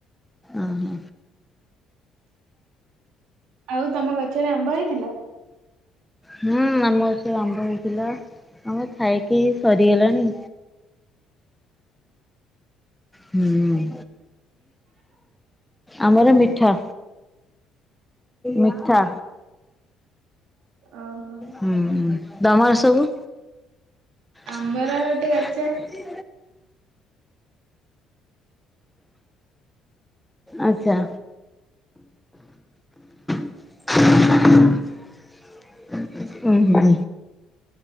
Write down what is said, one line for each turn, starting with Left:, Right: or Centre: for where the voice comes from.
Centre: ଓ ହୋ।
Right: ଆଉ ତମ ଗଛରେ ଆମ୍ବ ହେଇଥିଲା
Centre: ହୁଁ ଆମ ଗଛରେ ଆମ୍ୱ ହେଇ ଥିଲା ଆମ୍ୱ ଖାଇକି ସରିଗଲାଣି। ହୁଁ। ଆମର ମିଠା। ମିଠା।
Right: ଓହୋ
Centre: ହୁଁ ତମର ସବୁ?
Right: ଆମର
Centre: ଖାଲି।
Right: ଗୋଟେ ଗଛ
Centre: ଆଚ୍ଛା। <inaudible> ହୁଁ ହୁଁ।